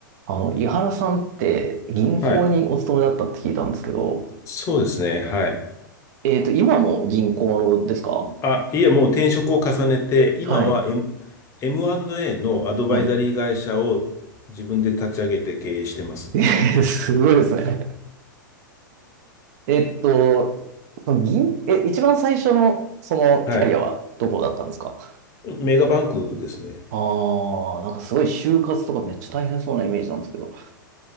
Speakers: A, on the right; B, on the left.
A: あの、井原さんって銀行にお勤めだったって聞いたんですけど、
B: はい。そうですね。はい。
A: えっと、今も銀行ですか
B: あ、いえ、もう転職を重ねて、今は
A: はい、
B: M、M&A のアドバイザリー会社を自分で立ち上げて経営してます。
A: はい。えーすごいですね。えっと、その銀、え、一番最初の、そのキャリアはどこだったんですか
B: はい。メガバンクですね。
A: ああなんかすごい就活とかめっちゃ大変そうなイメージなんですけど。